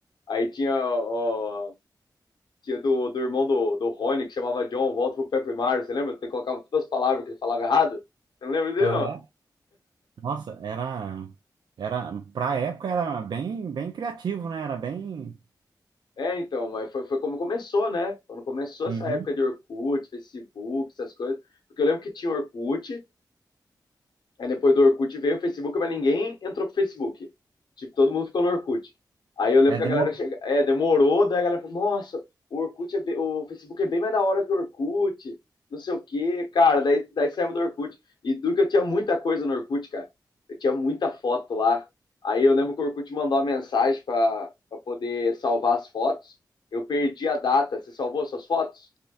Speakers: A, on the left; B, on the right.
A: Aí tinha, ó, Tinha do, do irmão do, do Rony, que chamava John, volta pro Pepper Mario, você lembra? Você colocava todas as palavras que ele falava errado. Você não lembra dele,
B: Aham.
A: não?
B: Nossa, era. Era. Pra época era bem, bem criativo, né? Era bem.
A: É, então, mas foi, foi como começou, né? Quando começou
B: Uhum.
A: essa época de Orkut, Facebook, essas coisas. Porque eu lembro que tinha Orkut, Aí depois do Orkut veio o Facebook, mas ninguém entrou pro Facebook. Tipo, todo mundo ficou no Orkut. Aí eu lembro
B: É
A: que a
B: demo...
A: galera chega, é, demorou, daí a galera falou, nossa, o Orkut é bem- o Facebook é bem mais da hora que o Orkut, não sei o quê. Cara, daí, daí saímos do Orkut. E duro que eu tinha muita coisa no Orkut, cara. Eu tinha muita foto lá. Aí eu lembro que o Orkut mandou uma mensagem pra, pra poder salvar as fotos. Eu perdi a data. Você salvou suas fotos?